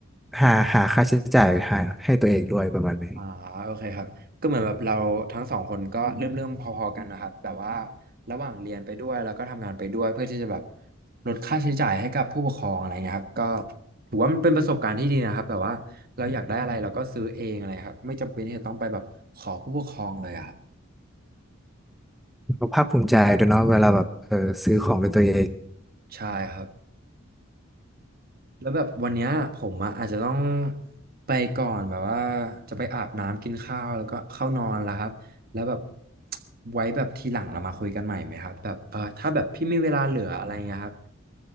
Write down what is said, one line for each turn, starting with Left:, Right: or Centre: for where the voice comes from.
Centre: หาหาค่าใช้จ่ายหาให้ตัวเองด้วยประมาณนี้
Right: อ่าโอเคครับก็เหมือนแบบเราทั้งสองคนก็อืเริ่มมเริ่มพอๆกันนะครับแต่ว่าระหว่างเรียนไปด้วยแล้วก็ทำงานไปด้วยเพื่อที่จะแบบลดค่าใช้จ่ายให้กับผู้ปกครองอะไรเงี้ยครับก็ถือว่ามันเป็นประสบการณ์ที่ดีนะครับแบบว่าเราอยากได้อะไรเราก็ซื้อเองอะไรครับไม่จำเป็นที่จะต้องไปแบบขอผู้ปกครองเลยอะครับ
Centre: ก็ภาคภูมิใจด้วยเนาะเวลาแบบเออซื้อของด้วยตัวเอง
Right: ใช่ครับ แล้วแบบวันเนี้ยผมอะอาจจะต้องไปก่อนแบบว่าจะไปอาบน้ำกินข้าวแล้วก็เข้านอนแล้วครับแล้วแบบ <tsk> ไว้แบบทีหลังเรามาคุยกันใหม่ไหมครับแบบเออถ้าแบบพี่มีเวลาเหลืออะไรเงี้ยครับ